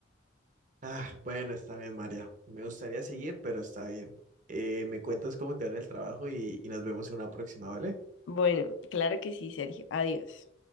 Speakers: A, on the right; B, on the left.
A: Ah, bueno, está bien, María. Me gustaría seguir, pero está bien. Eh, me cuentas cómo te va en el trabajo y, y nos vemos en una próxima, ¿vale?
B: Bueno, claro que sí, Sergio. Adiós.